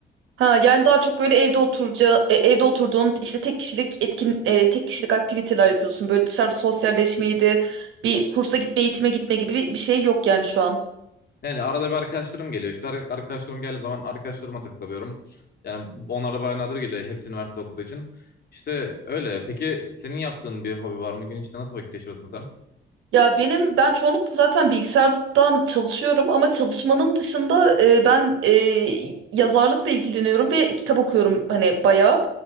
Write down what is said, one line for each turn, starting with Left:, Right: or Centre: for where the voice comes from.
Right: Ha, yani daha çok böyle evde oturacağı, e, evde oturduğun işte tek kişilik etkin, e, tek kişilik aktiviteler yapıyorsun. Böyle dışarıda sosyalleşmeyi de bir kursa gitme, eğitime gitme gibi bir bir şey yok yani şu an.
Left: Yani arada bir arkadaşlarım geliyor. İşte ar- arkadaşlarım geldiği zaman arkadaşlarıma takılıyorum. Yani onlar da bayağı nadir geliyor. Hepsi üniversite okuduğu için. İşte öyle. Peki senin yaptığın bir hobi var mı? Gün içinde nasıl vakit geçiriyorsun sen?
Right: Ya benim ben çoğunlukla zaten bilgisayardan çalışıyorum ama çalışmanın dışında e, ben e, yazarlıkla ilgileniyorum ve kitap okuyorum hani bayağı.